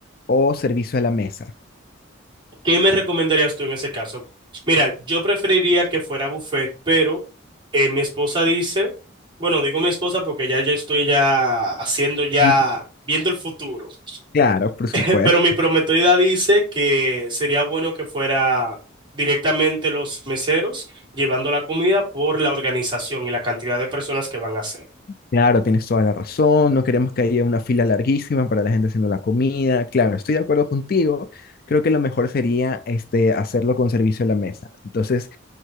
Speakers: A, on the left; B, on the right.
A: o servicio a la mesa?
B: ¿Qué me recomendarías tú en ese caso? Mira, yo preferiría que fuera buffet, pero eh, mi esposa dice, bueno, digo mi esposa porque ya yo estoy ya haciendo ya,
A: Ujú.
B: viendo el futuro.
A: Claro, por supuesto.
B: <laughs> Pero mi prometida dice que sería bueno que fuera directamente los meseros llevando la comida por la organización y la cantidad de personas que van a ser.
A: Claro, tienes toda la razón. No queremos que haya una fila larguísima para la gente haciendo la comida. Claro, estoy de acuerdo contigo. Creo que lo mejor sería este, hacerlo con servicio a la mesa. Entonces,